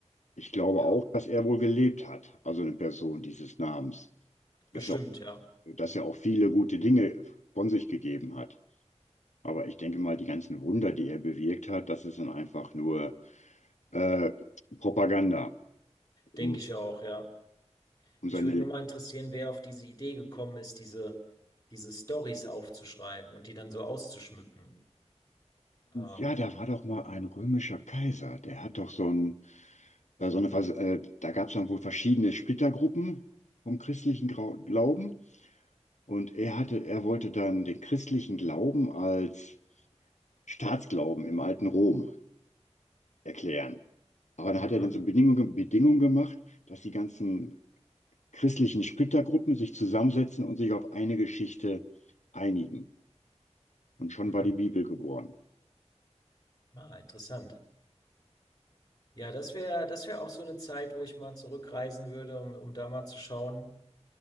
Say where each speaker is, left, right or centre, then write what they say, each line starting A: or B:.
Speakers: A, on the left; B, on the left.
A: ich glaube
B: ja,
A: auch, dass er wohl gelebt hat, also eine Person dieses Namens,
B: bestimmt,
A: dass er,
B: ja.
A: dass er auch viele gute Dinge von sich gegeben hat. Aber ich denke mal, die ganzen Wunder, die er bewirkt hat, das ist dann einfach nur äh, Propaganda, um,
B: Denke ich auch, ja.
A: um
B: Mich
A: seine
B: würde nur mal interessieren, wer auf diese Idee gekommen ist, diese, diese Storys aufzuschreiben und die dann so auszuschmücken. Ähm,
A: Ja, da war doch mal ein römischer Kaiser, der hat doch so ein, äh, so eine, Vers- äh, da gab es dann wohl verschiedene Splittergruppen vom christlichen Grau Glauben und er hatte, er wollte dann den christlichen Glauben als Staatsglauben im alten Rom erklären. Aber da
B: mhm,
A: hat er dann so Bedingungen, Bedingungen gemacht, dass die ganzen christlichen Splittergruppen sich zusammensetzen und sich auf eine Geschichte einigen. Und schon
B: mhm.
A: war die Bibel geboren.
B: Ah, interessant. Ja, das wäre, das wäre auch so eine Zeit, wo ich mal zurückreisen würde, um, um da mal zu schauen.